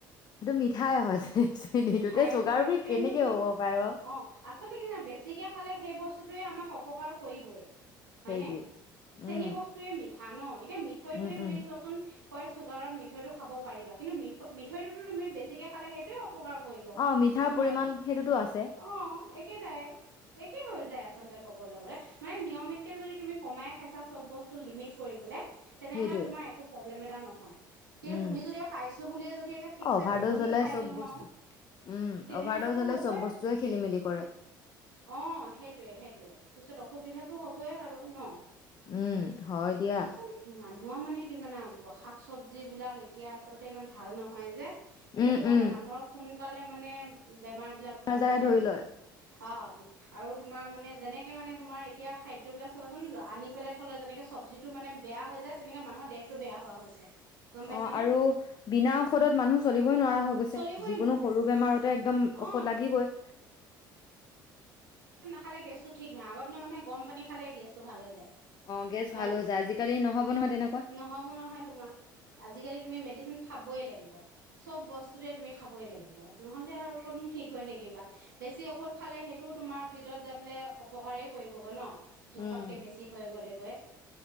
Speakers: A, on the left; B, on the right.
A: সেইটো মিঠাই হয় চেনী
B: মিঠাই
A: ততে চুগাৰ
B: হয়
A: ফ্ৰি
B: সেইটোৱেনো
A: কেনেকে
B: কি
A: হ'ব পাৰে বাও?
B: অ আচলতে কি জানা বেছিকে খালে সেই বস্তুতোৱে আমাক অপকাৰ কৰিবই। হয়
A: সেইটোৱে
B: নে? চেনী
A: উম
B: বস্তুৱে মিঠ থানৈ এতিয়া মিঠৈটোয়ে
A: উম
B: তুমি
A: উম
B: চোৱাচোন কয় চুগাৰত মিঠৈ টো খাব পাৰিবা কিন্তু মি মিঠৈটোতো তুমি বেছিকে খালে সেইটোৱে উপকাৰ কৰিব
A: অ মিঠাৰ
B: নহয়
A: পৰিমাণ
B: জানো?
A: সেইটোতো আছে
B: অ একেটাই, একে হৈ যায় আচলতে ক'বলৈ গ'লে। মানে নিয়মিতকে যদি তুমি কমাই খাইছা চব বস্তু লিমিট কৰি পেলাই তেনেহলে
A: সেইটোৱে
B: তোমাৰ একো প্ৰব্লেম এটা নহয়। কিন্তু
A: উম
B: তুমি যদি‌ আৰু পাইছ বুলিয়ে যদি একে ঠিকছে
A: অভাৰ
B: দকহি
A: ড'জ হ'লে
B: খাই
A: চব
B: দিওঁ
A: বস্তু
B: আও,
A: উম
B: তেনেহলেতো
A: অভাৰ ড'জ হ'লে
B: হবই
A: চব বস্তুৱে খেলি মেলি কৰে
B: অ সেইটোৱে সেইটোৱে। সুবিধাটো হ'বই আৰু ন?
A: উম হয় দিয়া।
B: আচল মানুহৰ মানে কি জানা, শাক চব্জিবিলাক এতিয়া আচলতে ইমান ভাল নহয় যে। সেইটো
A: উম
B: কাৰণে
A: উম
B: মানুহৰ শুন সোনকালে মানে বেমাৰ বিলাক হোৱা
A: আজাৰে
B: হৈছে
A: ধৰি
B: আজিকালি।
A: লয়
B: অ আৰু তোমাৰ মানে যেনেকে মানে তোমাৰ এতিয়া খাদ্যবিলাক চাবাচোন আনি পেলাই থলে যেনেকে চব্জটো মানে বেয়া হৈ যায়, তেনেকে মানুহৰ দেহটো বেয়া হোৱা হৈছে। গম পাইছানে
A: অ আৰু বিনা ঔষধত মানুহ চলিবই নোৱাৰা হৈ গৈছে
B: চলিবই
A: যিকোনো
B: নোৱাৰে
A: সৰু
B: তোমাৰ
A: বেমাৰতে একদম
B: অ
A: ঔষধ লাগিবই
B: খালে গেছটো ঠিক নহয় আগৰ দিনৰ মানুহে গৰম পানী খালেই গেছ <unintelligible> ভাল হৈ যায়
A: অ গেছ
B: হয়
A: ভাল হৈ
B: ন
A: যায় আজিকালি নহ'ব নহয় তেনেকুৱা
B: নহব নহয় তোমাৰ <unintelligible> তুমিটো মেডচিন খাবই লাগিব চব বস্তুতে তুমি খাবই লাগিব নহ'লে আৰু কতণো ঠিক হৈ থাকিবা বেছি ঔষধ খালে সেইটোও তোমাৰ ভিতত যাই পেলাই অপকাৰেই কৰিব <unintelligible> গৈ, গৈ, ন, জোখতকে
A: উম
B: বেছি হৈ গ'লেগৈ।